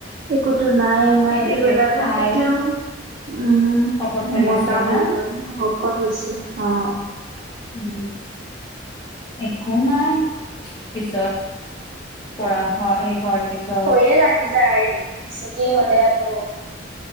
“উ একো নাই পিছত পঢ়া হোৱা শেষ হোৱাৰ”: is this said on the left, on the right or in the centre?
Left